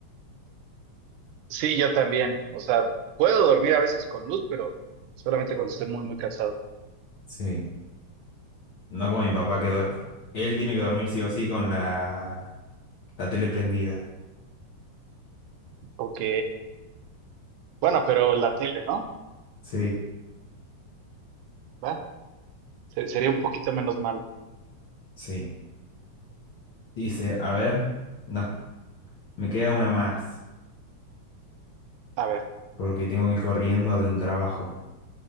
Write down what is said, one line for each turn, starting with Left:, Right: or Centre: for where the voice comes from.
Right: Sí, yo también. O sea, puedo dormir a veces con luz, pero solamente cuando estoy muy, muy cansado.
Left: Sí, no como mi papá que duerme. Él tiene que dormir sí o sí con la La tele prendida.
Right: Ok. Bueno, pero la tele, ¿no?
Left: Sí,
Right: ¿Va? Se- sería un poquito menos malo.
Left: sí. Dice, a ver, no, me queda una más,
Right: A ver.
Left: porque tengo que ir corriendo del trabajo.